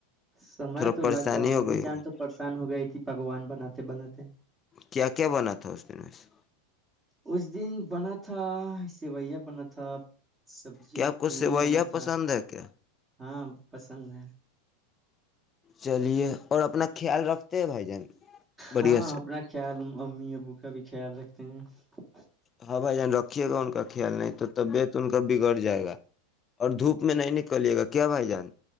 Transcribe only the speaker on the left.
تھوڑا
پریشانی
ہو
گئی ہوگی
کیا کیا بنا تھا اس دن میں سے
کیا آپ کو
سوئیاں
پسند ہے کیا
چلیے اور اپنا خیال رکھتے بھائی جان بڑھیا
سے
ہاں بھائی جان رکھیے گا ان کا خیال نہیں تو طبیعت ان کا بگڑ جائے گا اور دھوپ میں نہیں نکلیے گا کیا بھائی جان